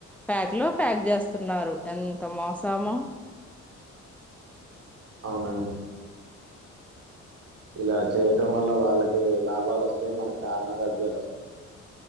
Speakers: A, in the centre; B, on the right.
A: ప్యాక్ లో ప్యాక్ చేస్తున్నారు ఎంత మోసామో
B: అవునండి ఇలా చేయటం వల్ల వాళ్ళకి లాభాలు వస్తాయి మనకి అనారోగ్యాలు వస్తాయి